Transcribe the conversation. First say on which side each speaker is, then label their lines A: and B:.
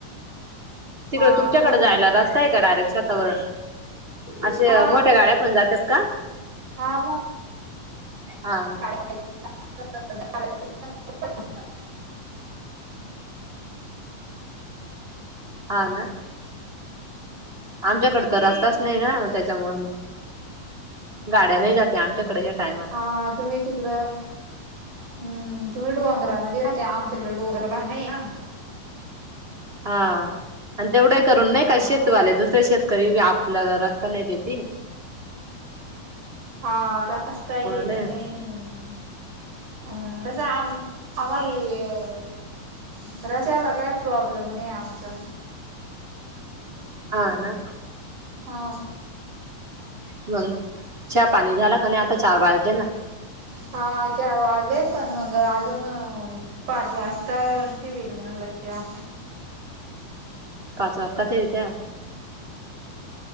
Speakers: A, on the right; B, on the right.
A: तिकडं
B: हा
A: तुमच्याकडे
B: बोल
A: जायला
B: ना
A: रस्ता आहे का डायरेक्शातवर. अशे
B: हा
A: मोठ्या गाड्या पण जातात का
B: हा
A: हा.
B: अ अ अ <inaudible>
A: हा ना. आमच्याकडे तर रस्ताच नाही ना त्याच्यामुळे मग गाड्या नाही जाते आमच्याकडे. टायमाला
B: हा तुम्ही तिकडं. हम् तुम्ही डोंगरामधी राहते आमच्याकडे डोंगर भाग नाहिये ना.
A: हा आणि तेवढं करून नाही का
B: हा
A: शेतवाले दुसर्या शेत. कर आपल्या रस्ता नाही देत.
B: हा रस्ताय देेत
A: नाही
B: नाहीय. हम असं आमचं आम्हाला. रश याला काही प्रॉब्लेम नाही आमचा..
A: हा ना
B: हा.
A: मग हा पाणी झाला क नाही आता चार वाजले ना.
B: हा चार वाजलेच पण मंग अजून. पाच वाजता टिवल म्हणला ते आ.
A: पाच वाजता तेरी त्या.